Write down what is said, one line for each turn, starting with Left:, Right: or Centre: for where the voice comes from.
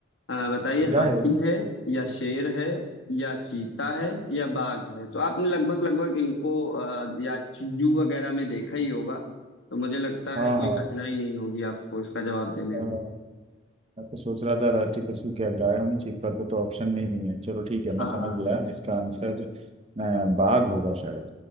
Left: अ, बताइए
Right: गाय
Left: हाथी
Right: होगी
Left: है या शेर है या चीता है या बाघ है तो आपने लगभग लगभग इनको अ, या जू वगैरह में देखा ही होगा तो मुझे लगता
Right: हाँ
Left: है कोई
Right: हाँ
Left: कठिनाई नहीं होगी आपको इसका जवाब देने
Right: अ, मैं
Left: में
Right: तो सोच रहा था राष्ट्रीय पशु क्या गाय होनी चाहिए पर वो तो ऑप्शन में ही नहीं है चलो ठीक है
Left: हाँ
Right: मैं समझ गया इसका आंसर अ, बाघ होगा शायद